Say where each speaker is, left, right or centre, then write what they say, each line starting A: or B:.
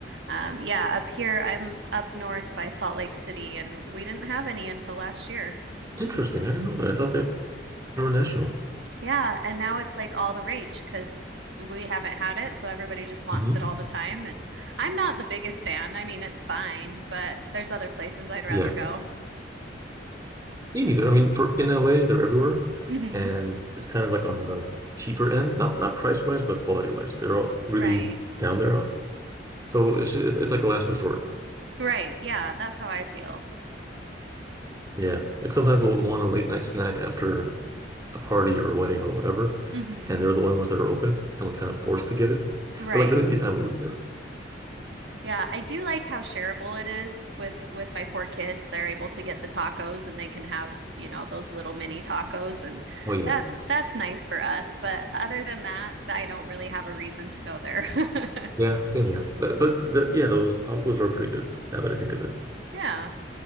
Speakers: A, on the right; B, on the right.
A: um yeah, up here I'm up north by Salt Lake City and we didn't have any until last year.
B: Interesting. I didn't know that. I thought they were national.
A: Yeah, and now it's like all the rage because we haven't had it, so everybody just wants
B: hmm
A: it all the time and I'm not the biggest fan. I mean, it's fine, but there's other places I'd rather
B: Yeah.
A: go.
B: Me neither. I mean, for in LA, they're everywhere,
A: hmm
B: and it's kind of like on the cheaper end, not not price wise, but quality wise. They're all really
A: Right.
B: down there. So it's ju- it's, it's like a last resort.
A: Right. Yeah, that's how I feel.
B: Yeah, like sometimes we'll want a late night snack after a party or a wedding or whatever,
A: hmm
B: and they're the only ones that are open, and we're kind of forced to get it.
A: Right.
B: But like during the daytime, we would never.
A: Yeah, I do like how shareable it is with with my four kids. They're able to get the tacos and they can have, you know, those little mini tacos and
B: Oh yeah,
A: that that's nice for us. But other than that, I don't really have a reason to go there. <laughs>
B: yeah, same here. But but the, yeah, those tacos are pretty good. Now that I think of it,
A: Yeah.